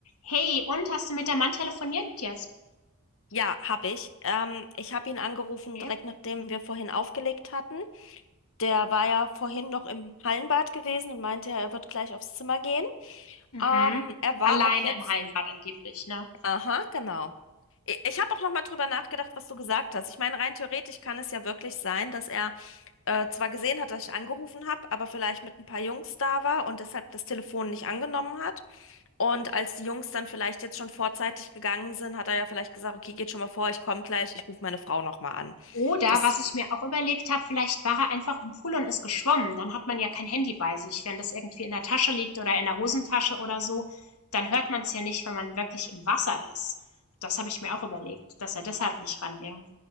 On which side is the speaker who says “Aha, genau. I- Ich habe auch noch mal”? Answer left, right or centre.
Left